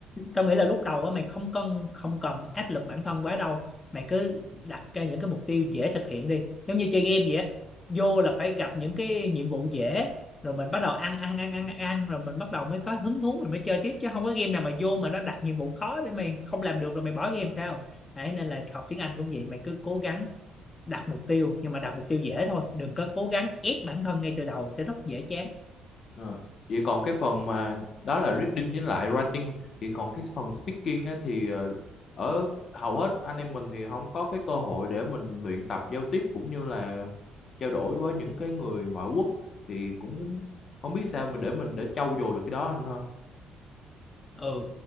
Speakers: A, on the left (about 25°); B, on the left (about 50°).
A: tao nghĩ là lúc đầu á mày không cần không cần áp lực bản thân quá đâu mày cứ đặt ra những cái mục tiêu dễ thực hiện đi giống như chơi game vậy á vô là phải gặp những cái nhiệm vụ dễ rồi mình bắt đầu ăn ăn ăn ăn ăn rồi mình bắt đầu mới có hứng thú mình mới chơi tiếp chứ không có game nào mà vô mà nó đặt nhiệm vụ khó để mày không làm được rồi mày bỏ game sao đấy nên là học tiếng Anh cũng vậy mày cứ cố gắng đặt mục tiêu nhưng mà đặt mục tiêu dễ thôi đừng có cố gắng ép bản thân ngay từ đầu sẽ rất dễ chán
B: Ờ. vậy còn cái phần mà đó là reading với lại writing thì còn cái phần speaking á, thì ờ, ở hầu hết anh em mình thì không có cái cơ hội để mình luyện tập giao tiếp cũng như là trao đổi với những cái người ngoại quốc thì cũng không biết sao mà để mình để trau dồi được cái đó anh ha
A: ừ